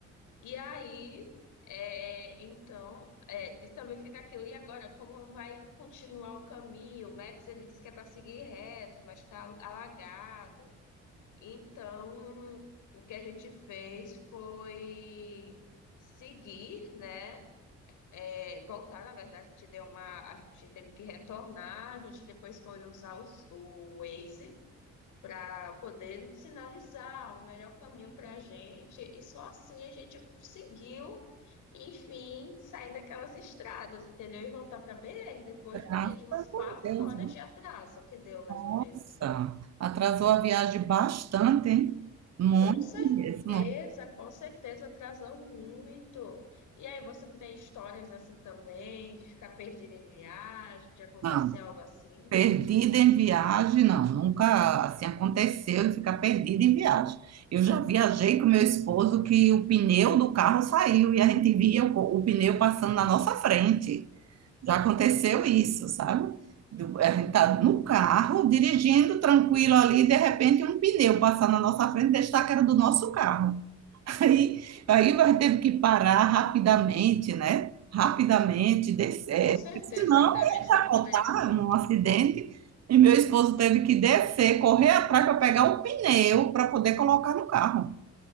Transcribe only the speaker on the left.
E aí, é, então, é, e também fica aquilo. E agora, como vai continuar o caminho? O Maps ele diz que é para seguir reto, mas está alagado. Então, o que a gente fez foi seguir, né? é, voltar, na verdade, a gente deu uma. A gente teve que retornar, a gente depois foi usar os- o Waze para poder sinalizar o melhor caminho para a gente, e só assim a gente conseguiu, enfim, sair daquelas estradas, entendeu? E voltar para BR depois
de quê? De umas
quatro
horas de atraso que deu, mais ou
menos.
Com certeza,
com certeza atrasou muito. E aí, você não tem histórias assim também, de ficar perdido em viagem, de acontecer
algo assim?
Com certeza,
rapidamente
não poderia acontecer.